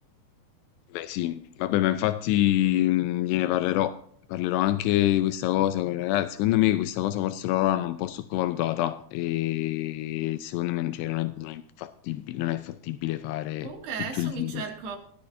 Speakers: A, on the left; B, on the right.
A: Beh sì, vabbè, ma infatti mh, gliene parlerò, parlerò anche di questa cosa con i ragazzi. Secondo me questa cosa forse loro l'hanno un po' sottovalutata e secondo me cioè, non è, non è fattibile, non è fattibile fare
B: Comunque adesso
A: tutto il giro.
B: mi cerco,